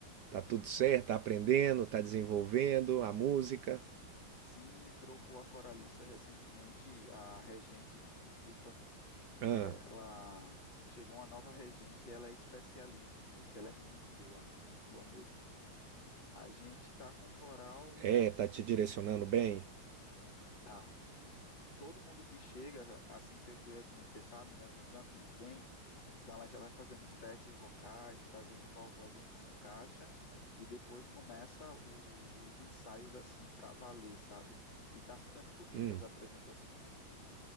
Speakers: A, on the right; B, on the left.
A: Tá tudo certo? Tá aprendendo? Tá desenvolvendo a música?
B: Sim, trocou a coralista recentemente, a regente, desculpa.
A: Ah,
B: Ela chegou uma nova regente, ela é especialista em música, ela é muito boa, muito boa mesmo. A gente tá com um coral,
A: é, tá te direcionando bem?
B: tá. Tipo, todo mundo que chega, assim feito eu, que nem vocês sabem, né? Eu não canto muito bem, então ela já vai fazendo os testes vocais para ver em qual voz a gente se encaixa e depois começa o- os ensaios assim para valer, sabe? E tá ficando bonitas
A: Hum,
B: as apresentações.